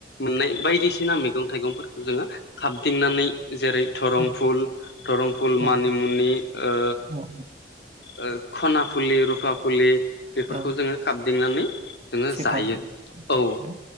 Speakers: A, on the left (about 70°); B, on the right (about 35°).
A: मोननाय बायदिसिना मैगं थाइगंफोरखौ जोङो खाबदिंनानै जेरै थरं
B: औ
A: फुल थरं फुल
B: औ
A: मानिमुनि ओ
B: औ
A: ओ खना फुलि रुफा फुलि बेफोरखौ
B: औ
A: जोङो खाबदिंनानै जोङो
B: सेफालि
A: जायो औ
B: हो?